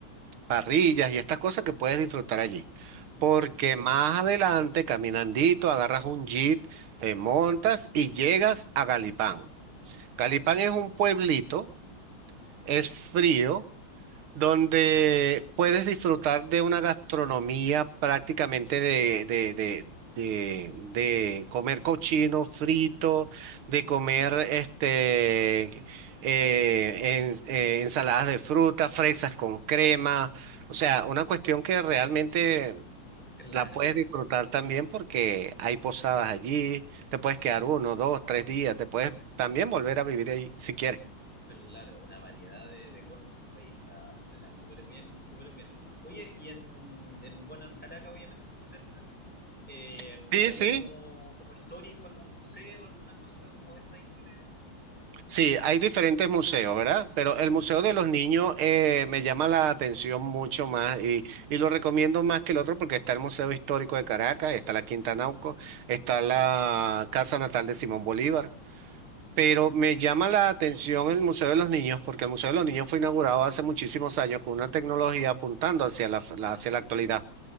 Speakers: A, on the right; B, in the centre.
A: parrillas y estas cosas que puedes disfrutar allí. Porque
B: Ya.
A: más adelante, caminandito, agarras un jeep, te montas y llegas a Galipán. Galipán es un pueblito, es frío donde puedes disfrutar de una gastronomía prácticamente de, de, de, de, de comer cochino frito, de comer este, eh, ens- eh, ensaladas de fruta, fresas con crema, o sea, una cuestión que realmente
B: Claro,
A: la puedes disfrutar también porque hay posadas allí, te puedes quedar uno, dos, tres días, te puedes también volver a vivir ahí si quieres.
B: claro, una variedad de, de cosas. Oye, está, suena súper bien, súper bien. Oye, y en, en, bueno, en Caracas obviamente está cerca. Eh,
A: Sí,
B: algo
A: sí,
B: como, como histórico, algún museo, alguna cosa como de esa índole.
A: Sí, hay diferentes museos, ¿verdad? Pero el Museo de los Niños eh, me llama la atención mucho más y, y lo recomiendo más que el otro porque está el Museo Histórico de Caracas, está la Quinta Nauco, está la Casa Natal de Simón Bolívar.
B: Mm,
A: Pero me llama la atención el Museo de los Niños porque el Museo de los Niños fue inaugurado hace muchísimos años con una tecnología apuntando hacia la, la- hacia la actualidad.